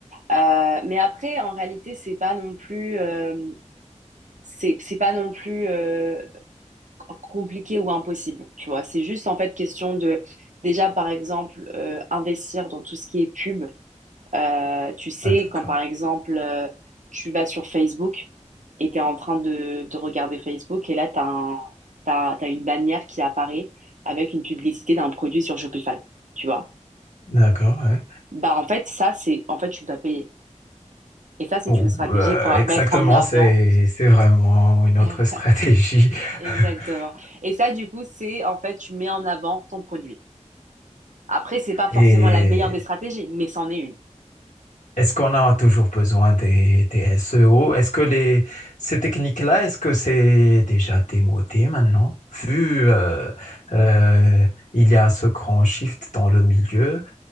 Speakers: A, on the right (about 80°); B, on the left (about 75°).
A: Euh, mais après, en réalité, c'est pas non plus, euh, c'est c'est pas non plus euh, compliqué ou impossible. Tu vois, c'est juste en fait question de déjà, par exemple, euh, investir dans tout ce qui est pub Euh, tu sais,
B: Ah, d'accord.
A: quand par exemple, euh, tu vas sur Facebook et tu es en train de, de regarder Facebook et là, tu as un, t'as, t'as une bannière qui apparaît avec une publicité d'un produit sur Shopify, tu vois.
B: D'accord, ouais.
A: Bah, en fait, ça, c'est, en fait, tu dois payer. Et ça, c'est
B: Ou,
A: une stratégie
B: euh,
A: pour
B: exactement,
A: mettre en avant.
B: c'est, c'est vraiment une
A: <laughs>
B: autre stratégie. <laughs>
A: Exactement. Et ça, du coup, c'est, en fait, tu mets en avant ton produit. Après, c'est pas forcément
B: Et
A: la meilleure des stratégies, mais c'en est une.
B: Est-ce qu'on a toujours besoin des, des SEO? Est-ce que les, ces techniques-là, est-ce que c'est déjà démodé maintenant? Vu euh, euh, il y a ce grand shift dans le milieu,